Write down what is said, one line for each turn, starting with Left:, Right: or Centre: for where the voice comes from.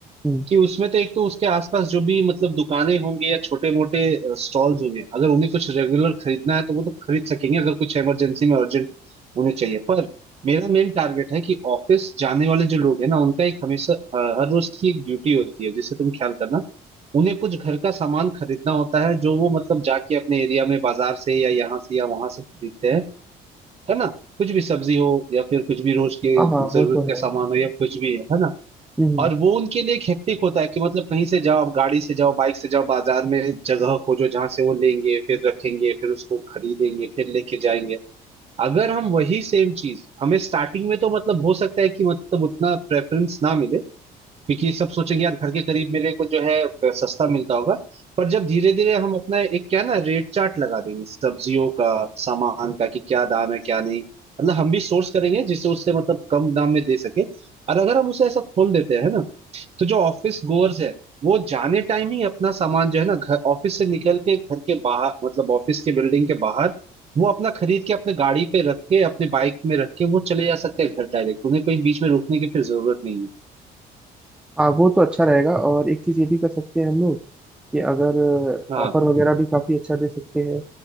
Centre: हम्म
Right: कि उसमें तो एक तो उसके आसपास जो भी मतलब दुकानें होंगी या छोटे मोटे स्टॉल्स होंगे अगर उन्हें कुछ रेगुलर खरीदना है तो वो तो खरीद सकेंगे अगर कुछ इमरजेंसी में अर्जेंट उन्हें चाहिए पर मेरा मेन टारगेट है कि ऑफिस जाने वाले जो लोग हैं ना उनका एक हमेशा अ, हर रोज की एक ड्यूटी होती है जिसे तुम ख्याल करना उन्हें कुछ घर का सामान खरीदना होता है जो वो मतलब जाके अपने एरिया में बाजार से या यहाँ से या वहां से खरीदते हैं है ना कुछ भी सब्जी हो या फिर कुछ भी रोज के
Centre: हाँ हाँ
Right: जरूरत
Centre: वो तो
Right: का
Centre: है
Right: सामान हो या कुछ भी है है ना
Centre: हम्म
Right: और वो उनके लिए एक हेक्टिक होता है कि मतलब कहीं से जाओ आप गाड़ी से जाओ बाइक से जाओ बाजार में जगह खोजो जहां से वो लेंगे फिर रखेंगे फिर उसको खरीदेंगे फिर लेके जाएंगे अगर हम वही सेम चीज हमें स्टार्टिंग में तो मतलब हो सकता है कि मतलब उतना प्रेफरेंस ना मिले क्योंकि सब सोचेंगे यार घर के करीब मेरे को जो है अ, सस्ता मिलता होगा पर जब धीरे धीरे हम अपना एक क्या है ना रेट चार्ट लगा देंगे सब्जियों का सामान का कि क्या दाम है क्या नहीं मतलब हम भी सोर्स करेंगे जिससे उससे मतलब कम दाम में दे सके और अगर हम उसे ऐसा खोल देते हैं ना तो जो ऑफिस गोअर्स है वो जाने टाइम ही अपना सामान जो है ना घर ऑफिस से निकल के घर के बाहर मतलब ऑफिस के बिल्डिंग के बाहर वो अपना खरीद के अपने गाड़ी पे रख के अपने बाइक में रख के वो चले जा सकते हैं घर डायरेक्ट उन्हें कहीं बीच में रुकने की फिर जरूरत नहीं है
Centre: हाँ वो तो अच्छा रहेगा और एक चीज ये भी कर सकते हैं हम लोग कि अगर
Right: हाँ
Centre: ऑफर वगैरह भी काफ़ी अच्छा दे सकते हैं